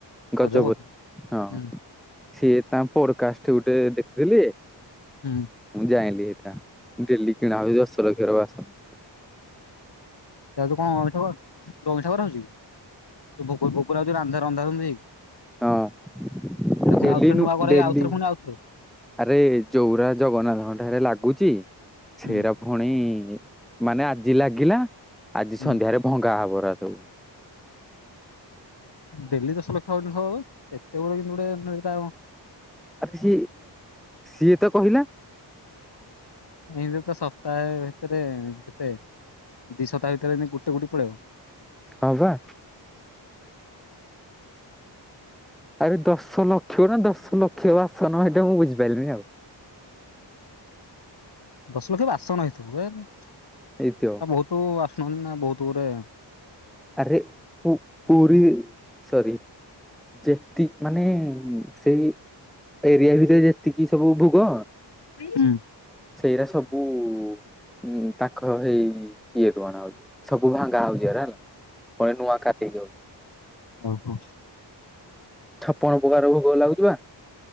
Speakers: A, in the centre; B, on the left (about 60°).
A: ଗଜପତି
B: ଗଜବ
A: ହଁ।
B: ହୁଁ
A: ଥିଏ ତାଙ୍କ୍ ପୋଡ଼କାଷ୍ଟ୍ ଗୁଟେ ଦେଖିଥିଲି
B: ଉଁ।
A: ମୁଁ ଜାଇଁଲିି ହେଟା ଡେଲି କିଣା ହଉଚି ଦଶ ଲକ୍ଷର ବାସନ୍।
B: ଯା ଚ କଁ ଅଇଁଠା କରା ଯୋ ଅଇଁଠା କରା ହଉଛି କି ଯୋଉ ଭୋଗ ଭୋଗ ରା ରନ୍ଧା ରନ୍ଧି ହେଇକି।
A: ଆଁ ହଁ
B: ଏଡ଼ା ପୁଣ୍
A: ଡେଲି
B: ଆଉଥରେ
A: ନୁ
B: ନୂଆ କରାହେଇ
A: ଡେଲି
B: ଆଉଥରେ ପୁଣି ଆଉଥରେ
A: ଆରେ ଯଉଗୁରା ଜଗନ୍ନାଥଙ୍କ ଠାରେ ଲାଗୁଛି
B: ହୁଁ
A: ସେରା ଫୁଣୀ ମାନେ ଆଜି ଲାଗିଲା ଆଜି
B: ହୁଁ
A: ସନ୍ଧ୍ୟାରେ ଭଙ୍ଗା ହବ ରା ସବୁ।
B: ଡେଲି ଦଶ ଲକ୍ଷ ହେଉଚି ହବ ଏତେ ଗୁଡେ କିନ୍ତୁ ଗୋଟେ ତାଅ
A: ଆରେ ସି ସିଏ ତ କହିଲା
B: ଏନ୍ତି ତ ସପ୍ତାଏ ଭିତ୍ରେ କେତେ ଦି ସତା ଭିତରେ ଏମିତି ଗୋଟେ ଗୁଟି ପଳେଇବ।
A: ଅଁ ବା। ଆରେ ଦଶ ଲକ୍ଷ ନା ଦଶ ଲକ୍ଷ ବାସନ ହେଇଟା ମୁଁ ବୁଝିପାର୍ଲିନି ଆଉ।
B: ଦଶ୍ ଲକ୍ଷ ବାସନ ହେଇଥିବ ଏ
A: ହେଇଥିମ।
B: ବହୁତ ଆସୁନାହାନ୍ତି ନା ବହୁତ ଗୋରେ
A: ଆରେ ପୁ ପୁରୀ ସରି ଯେତି ମାନେ ସେଇ ଏରିଆ ରେ ସେ ଯେତିକି ସବୁ ଭୋଗ
B: ହୁଁ
A: ସେଇରାା ସବୁ ଉଁ ତାଙ୍କ ହେଇ ଇଏ ରୁ କଣ ହଉଛି ସବୁ ଭାଙ୍ଗା ହଉଛିରା ହେଲା। ପଳେ ନୂଆ କାଟିଦିଅ?
B: ଓ ହୋ।
A: ଛପଣ ପକାର ଭୋଗ ଲାଗୁଛି ବା?